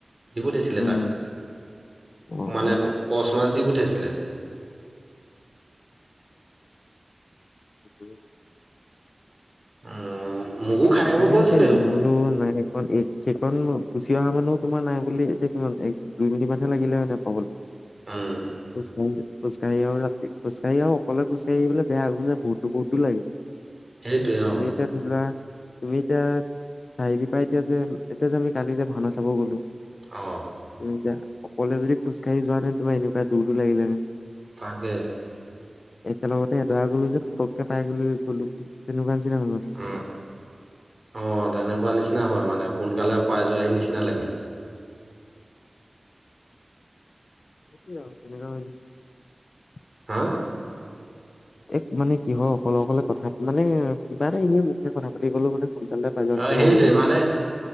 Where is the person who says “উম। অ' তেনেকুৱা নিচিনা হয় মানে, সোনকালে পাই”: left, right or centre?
Right